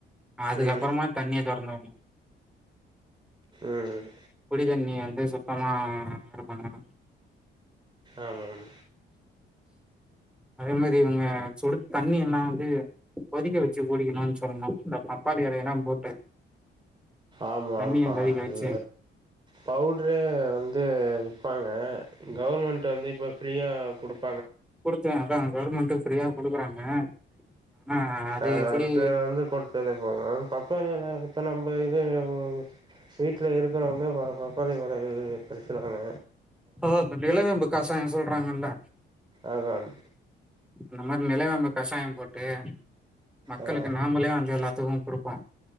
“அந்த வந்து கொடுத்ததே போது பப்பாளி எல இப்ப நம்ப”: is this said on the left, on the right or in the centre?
Right